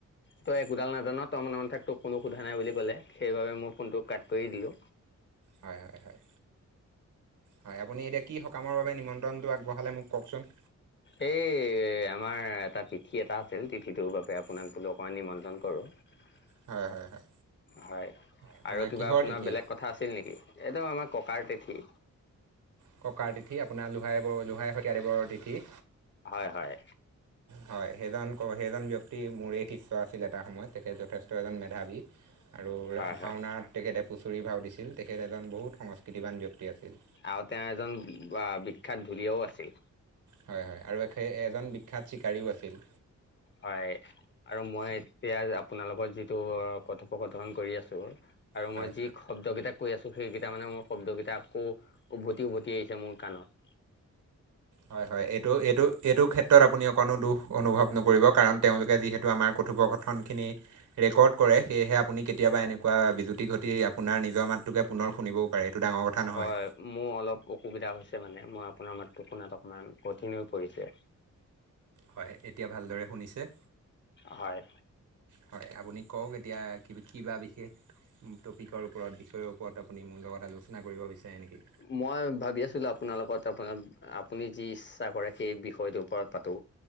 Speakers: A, on the left; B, on the right.
A: তই একোডাল নাজান তই মনে মনে থাক তোক কোনো সোধা নাই বুলি ক'লে সেইবাবে মোৰ ফোনটো কাট কৰি দিলো।
B: হয় হয় হয়। হয় আপুনি এতিয়া কি সকামৰ বাবে নিমন্ত্ৰণটো আগবঢ়ালে মোক কওঁকচোন
A: এই আমাৰ এটা তিথি এটা আছিল তিথিটোৰ বাবে আপোনাক বোলো অকণমান নিমন্ত্ৰণ কৰোঁ। <unintelligible>
B: হয় হয় হয়।
A: হয়
B: আপোনাৰ
A: আৰু কিবা
B: কিহৰ
A: আপোনাৰ
B: তিথি
A: বেলেগ কথা আছিল নেকি একদম আমাৰ ককাৰ তিথি
B: ককাৰ তিথি আপোনাৰ লোহাই ব লোহাই শইকীয়াদেৱৰ তিথি।
A: হয় হয়
B: হয় সেইজন সেইজন ব্যক্তি মোৰেই শিষ্য আছিল এটা সময়ত তেখেত যথে- ষ্ট এজন মেধাৱী আৰু
A: হয় হয়
B: ভাওনাত তেখেতে ফুচুৰি ভাও দিছিল তেখেত এজন বহুত সংস্কৃতিবান ব্যক্তি আছিল।
A: আৰু তেওঁ এজন আহ বিখ্যাত ধুলীয়াও আছিল।
B: হয় হয় আৰু এখে এজন বিখ্যাত চিকাৰীও আছিল।
A: হয় আৰু মই এতিয়া আপোনালোকৰ যিটো কথোপকথন কৰি আছো আৰু
B: হয়
A: মই যি শব্দ কেইটা কৈ আছো সেইকেইটা মানে মোৰ শব্দকেইটা আকৌ উভতি উভতি আহিছে মোৰ কাণত।
B: হয় হয় এইটো এইটো এইটো ক্ষেত্ৰত আপুনি অকণো দুখ অনুভৱ নকৰিব কাৰণ তেওঁলোকে যিহেতু আমাৰ কথোপকথনখিনি ৰেকৰ্ড কৰে সেয়েহে আপুনি কেতিয়াবা এনেকুৱা বিজুতি ঘটি আপোনাৰ নিজৰ মাতটোকে পুনৰ শুনিবও পাৰে সেইটো ডাঙৰ কথা নহয়
A: হয় মোৰ অলপ অসুবিধা হৈছে মানে মই আপোনাৰ মাতটো শুনাত অকমান কঠিন হৈ পৰিছে।
B: হয় এতিয়া ভালদৰে শুনিছে?
A: হয়
B: হয় আপুনি কওক এতিয়া কি কিবা বিশেষ উ টপিকৰ ওপৰত, বিষয়ৰ ওপৰত আপুনি মোৰ লগত আলোচনা কৰিব বিচাৰে নেকি?
A: মই ভাবি আছিলো আপোনাৰ লগত আপোনাৰ আপুনি যি ইচ্ছা কৰে সেই বিষয়টোৰ ওপৰত পাতো।